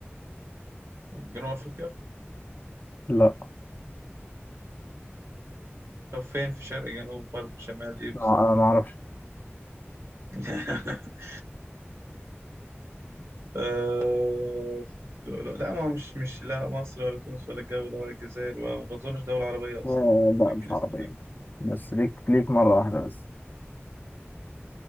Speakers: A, on the right (about 85°); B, on the left (about 45°).
A: جنوب أفريقيا
B: لا
A: طب فين في شرق جنوب غرب شمال إيه بالظبط
B: ما ما اعرفش
A: <laughs> آه لا ما مش مش لا مصر ولا تونس ولا الجو ده ولا الجزائر وما أظنش دولة عربية أصلا
B: آه، لا
A: الج-
B: مش عربية
A: اسم ده
B: بس ليك ليك مرة واحدة بس